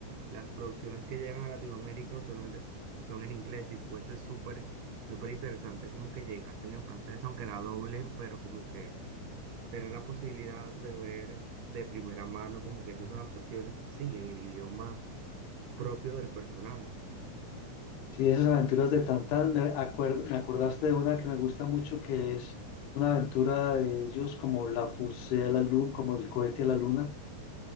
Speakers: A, on the right (about 80°); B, on the left (about 80°).
A: las producciones que llegan a Latinoamérica usualmente s- son en inglés y fuese súper, súper interesante como que llegasen en francés, aunque la doblen, pero como que tener la posibilidad de ver de primera mano como que esas adaptaciones así, en el idioma propio del personaje.
B: Sí, esas aventuras de Tantán, me acuer- me acordaste de una que me gusta mucho, que es una aventura de ellos como la fusée a la luna, como el cohete a la luna,